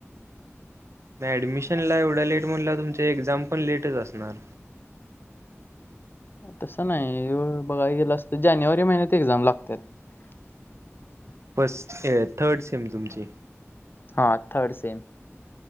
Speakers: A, on the right; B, on the left.
A: म ऍडमिशनला एवढं लेट म्हणल्याव तुमचा एक्झाम पण लेटच असणार.
B: तसं नाही बघाय गेल असत, जानेवारी महिन्यात एक्झाम लागतात. <inaudible>
A: फर्स्ट-थर्ड सीम तुमची.
B: हा, थर्ड सेम.